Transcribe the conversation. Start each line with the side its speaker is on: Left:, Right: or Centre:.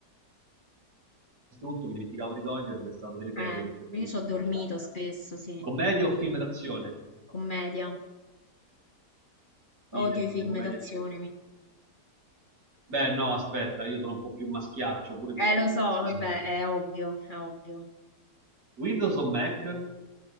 Right: distrutto, mi dimenticavo di toglierle, è stato deleterio
Left: Eh,
Right: metterle, quindi
Left: io so dormito
Right: occhiali.
Left: spesso, sì.
Right: Commedia o film d'azione?
Left: Commedia. Odio
Right: idem
Left: i film
Right: commedia.
Left: d'azione. mi-
Right: Beh, no, aspetta, io sono un po' più maschiaccio pure per
Left: Eh,
Right: film
Left: lo so,
Right: d'azione.
Left: vabbè, è ovvio, è ovvio.
Right: Windows o Mac? Eh,